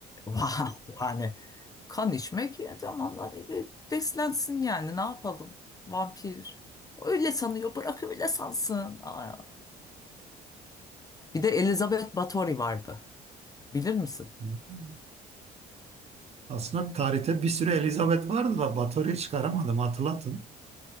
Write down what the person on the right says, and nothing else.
<laughs> Aslında tarihte bir sürü Elizabeth vardı da Batorya'yı çıkaramadım hatırlatın.